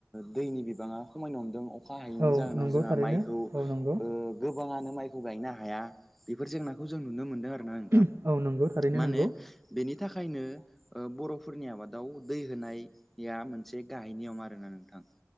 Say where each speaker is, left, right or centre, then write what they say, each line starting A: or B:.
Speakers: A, in the centre; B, on the right.
A: दैनि बिबाङा खमायनो हमदों। अखा हायैनि
B: औ
A: जाहोनाव
B: नंगौ
A: जोंहा
B: थारैनो
A: माइखौ
B: औ नंगौ
A: ओ गो बाङानो माइखौ गायनो हाया बेफोर जेंनाखौ जों नुनो मोनदों आरो। ना नोंथां
B: औ नंगौ थारैनो
A: मा
B: नंगौ
A: होनो बेनि बेनि थाखायनो बर'फोरनि आबादाव दै होनाया मोनसे गाहाय नियम आरोना नोंथां